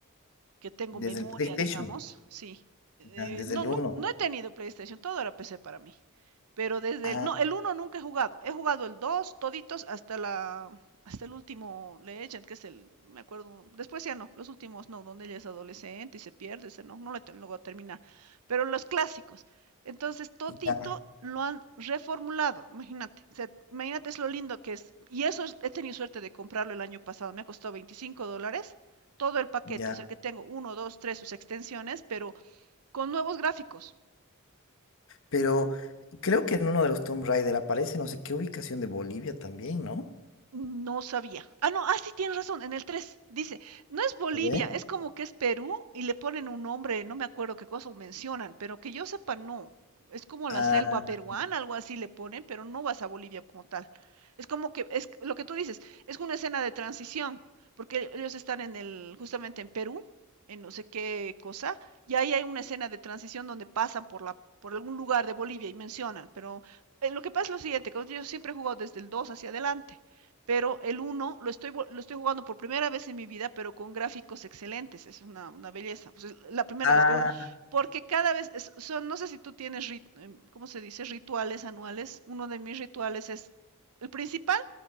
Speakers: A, on the right (about 80°); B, on the left (about 60°).
A: que tengo
B: Desde
A: memoria,
B: el PlayStation,
A: digamos, sí. Eh,
B: ya, desde
A: no,
B: el
A: no,
B: uno
A: no he tenido PlayStation, todo era PC para mí. Pero desde
B: Ah,
A: el, no, el uno nunca he jugado. He jugado el 2 toditos, hasta la, hasta el último Legend, que es el, me acuerdo, después ya no, los últimos no, donde ella es adolescente y se pierde, ese no, no lo, lo voy a terminar. Pero los clásicos. Entonces, todito
B: ya,
A: lo han reformulado, imagínate. O sea, imagínate es lo lindo que es. Y eso es, he tenido suerte de comprarlo el año pasado, me costó 25 dólares todo el paquete,
B: ya.
A: o sea que tengo uno, dos, tres sus extensiones, pero con nuevos gráficos.
B: Pero creo que en uno de los Tomb Raider aparece no sé qué ubicación de Bolivia también, ¿no?
A: No sabía. Ah, no, ah, sí, tienes razón, en el 3 dice, no es Bolivia,
B: A ver.
A: es como que es Perú y le ponen un nombre, no me acuerdo qué cosa mencionan, pero que yo sepa, no. Es como
B: Ah,
A: la selva peruana, algo así le ponen, pero no vas a Bolivia como tal. Es como que, es lo que tú dices, es una escena de transición, porque ellos están en el, justamente en Perú, en no sé qué cosa, y ahí hay una escena de transición donde pasan por la, por algún lugar de Bolivia y mencionan, pero eh, lo que pasa es lo siguiente, que yo siempre he jugado desde el 2 hacia adelante pero el uno lo estoy, lo estoy jugando por primera vez en mi vida, pero con gráficos excelentes, es una, una belleza, pues es la primera
B: ah,
A: vez que juego, porque cada vez, es, son, no sé si tú tienes, rit, eh, ¿cómo se dice? Rituales anuales, uno de mis rituales es, el principal